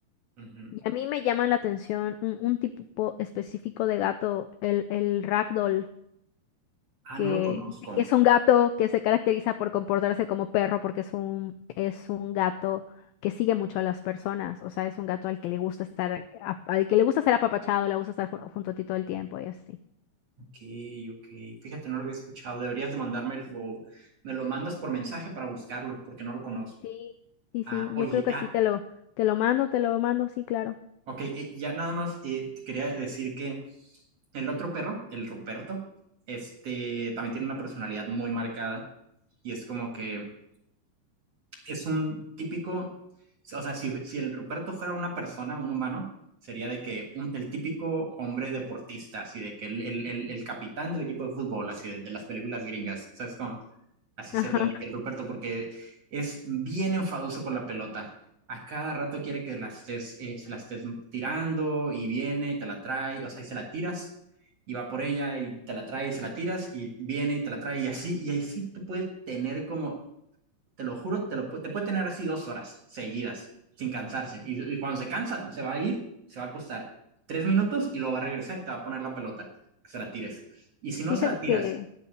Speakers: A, on the right; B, on the left.
A: ujú.
B: Y a mí me llama la atención un, un tipo específico de gato, el, el ragdoll,
A: Ah,
B: que
A: no lo conozco.
B: dice que es un gato que se caracteriza por comportarse como perro porque es un, es un gato que sigue mucho a las personas, o sea, es un gato al que le gusta estar, a- al que le gusta ser apapachado, le gusta estar ju- junto a ti todo el tiempo y así.
A: Ok, ok. Fíjate, no lo había escuchado. Deberías de mandarme o me lo mandas por mensaje para buscarlo, porque no lo conozco.
B: Sí, sí,
A: Ah,
B: sí, yo
A: oye,
B: creo que
A: ah,
B: sí, te lo, te lo mando, te lo mando, sí, claro.
A: ok. eh, ya nada más eh, te quería decir que el otro perro, el Ruperto, este también tiene una personalidad muy marcada y es como que es un típico, o sea, si, si el Ruperto fuera una persona, un humano, sería de que un, el típico hombre deportista, así de que el, el, el, el capitán del equipo de fútbol, así de, de las películas gringas, ¿sabes cómo? Así
B: Ajá,
A: sería de que el Ruperto, porque es bien enfadoso con la pelota. A cada rato quiere que la estés, eh, se la estés tirando y viene y te la trae, o sea, y se la tiras y va por ella y te la trae y se la tiras y viene y te la trae y así, y así te puede tener como te lo juro, te, lo, te puede tener así dos horas seguidas, sin cansarse. Y, y, cuando se cansa, se va a ir, se va a acostar tres minutos y lo va a regresar y te va a poner la pelota, que se la tires. Y si no
B: fíjate
A: se la tiras,
B: que,